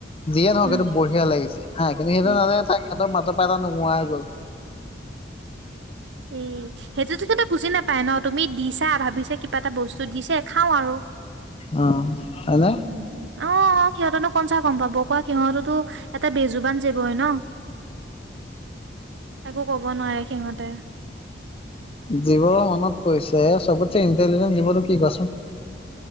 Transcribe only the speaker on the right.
উম
উম,
এই সেইটোতো বুজি নাপাই ন তুমি দিছা ভাবিছা কিবা এটা বস্তু দিছে খাও আৰু,
উম। অ সিহঁতেনো কনচা গম পাব কোৱা সিহঁতেতো এটা বেজোবান জীৱ হয় ন। একো কব নোৱাৰে সিহঁতে